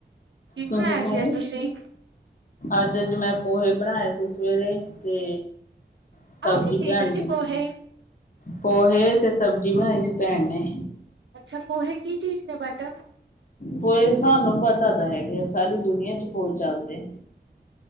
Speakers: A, on the right; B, on the left.
A: ਕੀ ਬਣਾਇਆ
B: ਤੁਸੀਂ
A: ਸੀ
B: ਖਾਂ ਲੀ?
A: ਅੱਜ ਤੁਸੀਂ?
B: ਅੱਜ ਜੋ ਮੈਂ ਪੋਹੇ ਬਣਾਏ ਸੀ ਸਵੇਰੇ ਤੇ ਸਬਜ਼ੀ
A: ਆਹ ਕੀ ਚੀਜ਼
B: ਬਣਾਈ
A: ਆ ਜੀ
B: ਏ।
A: ਪੋਹੇ?
B: ਪੋਹੇ ਤੇ ਸਬਜ਼ੀ ਬਣਾਈ ਸੀ ਭੈਣ ਨੇ।
A: ਅੱਛਾ। ਪੋਹੇ ਕੀ ਚੀਜ਼ ਨੇ ਬਟ?
B: ਪੋਏ ਤੁਹਾਨੂੰ ਪਤਾ ਤਾਂ ਹੈਗੇ ਆ। ਸਾਰੀ ਦੁਨੀਆਂ ਚ ਪੋਏ ਚੱਲਦੇ।